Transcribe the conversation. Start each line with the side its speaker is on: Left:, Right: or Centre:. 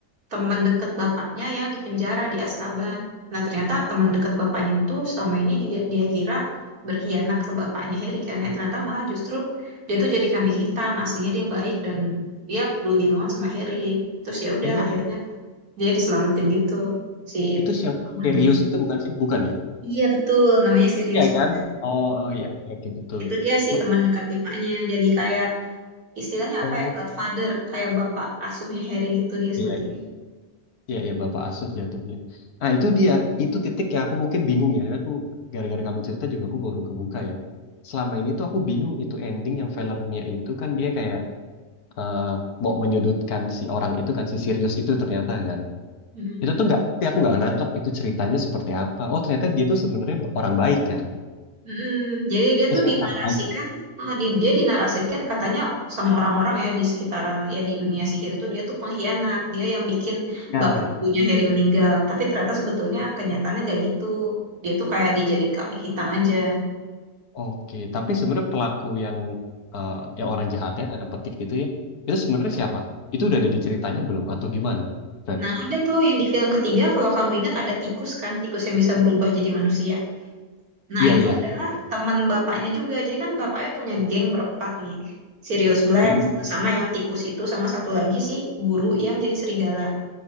Right: teman deket bapaknya yang di penjara di Azkaban. Nah ternyata teman deket bapaknya itu selama ini dia dia kira berkhianat ke bapaknya Harry kan, eh ternyata malah justru dia tuh jadi kambing hitam. Aslinya dia baik dan dia peduli banget sama Harry. Terus ya udah
Left: Ini yang
Right: akhirnya dia diselamatin gitu si
Left: itu sih yang
Right: pamannya.
Left: serius itu bukan sih? Bukan ya?
Right: Iya betul, namanya Sirius
Left: Iya
Right: banget.
Left: kan? Oh oh, iya oke oke, betul.
Right: Itu dia sih
Left: Nah,
Right: teman dekat bapaknya. Jadi kayak istilahnya
Left: Oh
Right: apa ya? Godfather, kayak bapak asuhnya Harry gitu dia sebetulnya.
Left: iya Iya, ya Bapak Asuh jatuhnya. Nah, itu dia. Itu titik yang aku mungkin bingung ya. Aku gara-gara kamu cerita juga aku baru kebuka ya. Selama ini tuh aku bingung itu ending yang filmnya itu kan dia kayak eh, mau menyudutkan si orang itu kan si Sirius itu ternyata kan.
Right: Mhm.
Left: Itu tuh nggak, tapi aku nggak nangkep itu ceritanya seperti apa. Oh ternyata dia tuh sebenarnya ba- orang baik kan.
Right: Mhm. Jadi dia
Left: Dia
Right: tuh
Left: sebenarnya
Right: dinarasikan,
Left: orang baik.
Right: eh, di- dia dinarasikan katanya sama orang-orang ya di sekitaran ya di dunia sihir itu dia tuh pengkhianat, dia yang bikin
Left: Ya.
Right: bapak ibunya Harry meninggal. Tapi ternyata sebetulnya kenyataannya nggak gitu. Dia tuh kayak dijadiin kambing hitam aja.
Left: Oke, tapi sebenarnya pelaku yang eh, yang orang jahatnya ada petik gitu ya. Itu sebenarnya siapa? Itu udah ada di ceritanya belum atau gimana? Feb?
Right: Nah, ada tuh yang di film ketiga kalau kamu ingat ada tikus kan, tikus yang bisa berubah jadi manusia. Nah,
Left: Iya,
Right: itu
Left: iya.
Right: adalah teman bapaknya juga. Jadi kan bapaknya punya geng berempat nih. Sirius Black
Left: Mm-mm.
Right: sama yang tikus itu sama satu lagi si guru yang jadi serigala,